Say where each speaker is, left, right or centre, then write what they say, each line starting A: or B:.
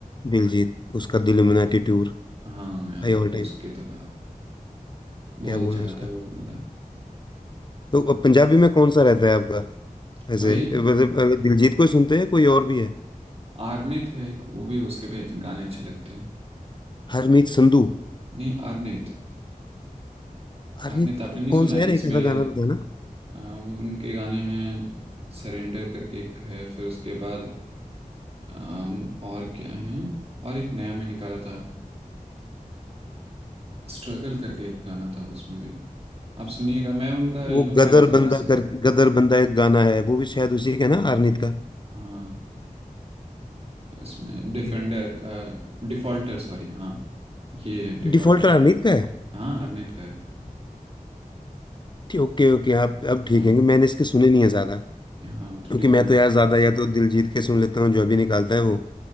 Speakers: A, on the left; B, on the right.
A: दिलजीत उसका दिल में टूर
B: हाँ यार
A: भाई ऑल टाइम
B: उसके तो यार बहुत
A: क्या बोलना
B: अच्छा
A: है
B: गाता
A: उसका
B: है वो बंदा
A: तो अब पंजाबी में कौन सा रहता है आपका वैसे
B: वही
A: वैसे वैसे दिलजीत को ही सुनते हैं कोई और भी है
B: आर्नेत है एक वो भी उसके भी अच्छे- गाने अच्छे लगते हैं
A: हरमीत संधू
B: नहीं आर्नेत
A: हरमीत
B: आर्नेत आपने नहीं
A: कौन
B: सुना है
A: सा यार
B: इसमें
A: एक आधा गाना बताना
B: अ, उनके गाने हैं सरेंडर करके एक है फिर उसके बाद अम, और क्या है और एक नया में निकाला था स्ट्रगल करके एक गाना था उसमें भी आप सुनिएगा मैं उनका
A: वो
B: एल्बम
A: गदर
B: भेज दूंगा
A: हरमीत बंदा
B: उसे
A: कर गदर बंदा एक गाना है वो भी शायद उसी का है
B: हाँ
A: ना हरमीत का
B: हाँ उसमें डिफेंडर
A: ठीक
B: डिफॉल्टर सॉरी हाँ ये है डिफॉल्टर
A: डिफॉल्टर हरमीत का है
B: हाँ आर्नेत का है
A: ठीक ओके ओके आप अब ठीक
B: हाँ
A: है क्योंकि मैंने इसके सुने नहीं है ज्यादा
B: हाँ
A: क्योंकि
B: तो डिफॉल्टर
A: मैं तो यार ज्यादा या तो दिलजीत के सुन लेता हूँ जो अभी निकालता है वो